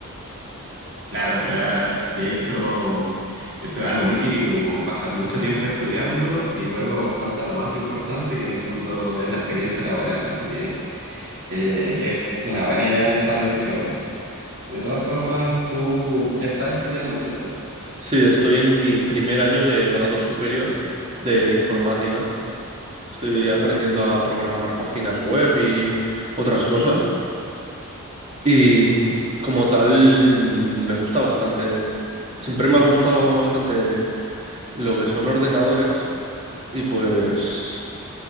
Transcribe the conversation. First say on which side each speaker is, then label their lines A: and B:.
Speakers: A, on the right; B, on the right.
A: Claro, o sea, de hecho. Eso es algo muy típico, como pasar mucho tiempo estudiando y luego falta lo más importante, que en el fondo es la experiencia laboral. Así que eh, es una buena idea pensarlo, yo creo. De todas formas, tú ya estás estudiando, ¿cierto?
B: Sí, estoy en mi primer año de grado superior de informática. Estoy aprendiendo a programar páginas web y otras cosas. Y como tal, mm, me gusta bastante. Siempre me ha gustado bastante lo que son ordenadores y pues